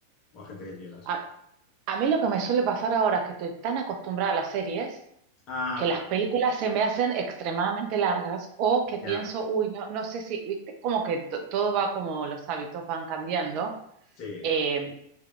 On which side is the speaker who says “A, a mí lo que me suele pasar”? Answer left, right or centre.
Right